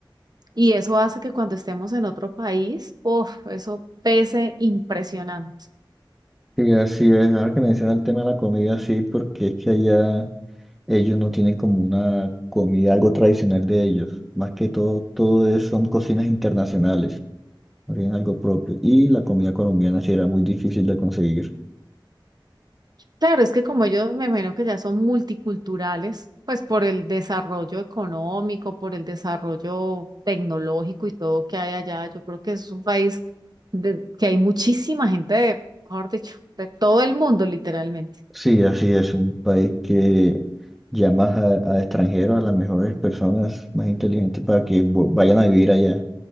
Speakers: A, on the right; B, in the centre.
A: y eso hace que cuando estemos en otro país, uff, eso pese impresionante.
B: Y así es, ahora que menciona el tema de la comida, sí, porque es que allá ellos no tienen como una comida, algo tradicional de ellos. Más que todo, todo es- son cocinas internacionales, no tienen algo propio. Y la comida colombiana sí era muy difícil de conseguir.
A: Claro, es que como ellos me imagino que ya son multiculturales, pues por el desarrollo económico, por el desarrollo tecnológico y todo que hay allá, yo creo que es un país de, que hay muchísima gente de, mejor dicho, de todo el mundo literalmente.
B: Sí, así es, un país que llama a, a extranjeros, a las mejores personas más inteligentes para que vo- vayan a vivir allá.